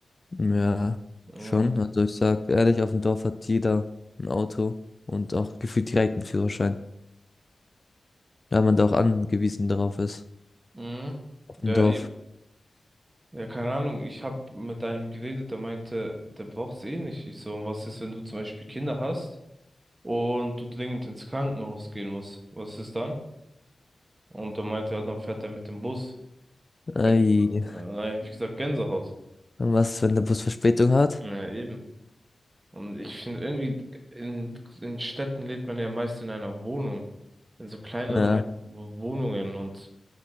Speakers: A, on the left (about 35°); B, on the right (about 35°).
A: Ja,
B: Mhm.
A: schon. Also ich sag ehrlich, auf dem Dorf hat jeder ein Auto und auch gefühlt direkt einen Führerschein, da man da auch angewiesen darauf ist.
B: Mhm.
A: Auf
B: Ja,
A: dem Dorf.
B: Ja, keine Ahnung, ich habe mit einem geredet, der meinte, der braucht's eh nicht. Ich so, und was ist, wenn du zum Beispiel Kinder hast und du dringend ins Krankenhaus gehen musst? Was ist dann? Und er meinte, ja, dann fährt er mit dem Bus.
A: Ei.
B: Ich, äh, nein, ich gesagt, Gänsehaut.
A: Und was ist, wenn der Bus Verspätung hat?
B: Ja, eben. Und ich finde irgendwie, in, in Städten lebt man ja meist in einer Wohnung, in so kleineren
A: Ja.
B: Wo- Wohnungen und